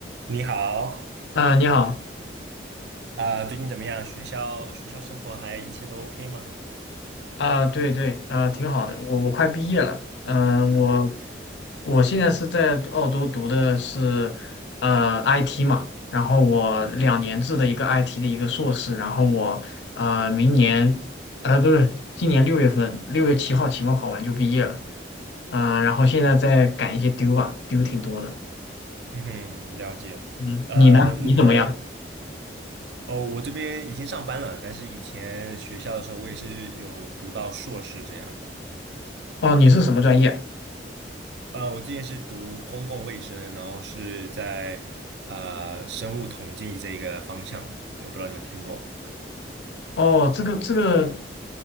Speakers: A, on the right; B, on the left.
A: 你好，
B: 啊，你好
A: 啊、最近怎么样？学校学校生活还一切都 OK 吗？
B: 啊，对对啊，挺好的。我我快毕业了，嗯，
A: 是啊，
B: 我我现在是在澳洲读的是呃 IT 嘛，然后我两年制的一个 IT 的一个硕士，然后我呃明年呃不是今年六月份六月七号期末考完就毕业了，嗯，然后现在在赶一些丢吧，丢挺多的。
A: 嗯哼，了解。
B: 嗯，
A: 呃，
B: 你呢？你怎么样？
A: 那哦，我这边已经上班了，但是以前学校的时候，我也是有读到硕士这样。
B: 哦，你是什么专业？
A: 呃，我之前是读公共卫生，然后是在呃生物统计这一个方向的。对，我不知道你们听过。
B: 哦，这个这个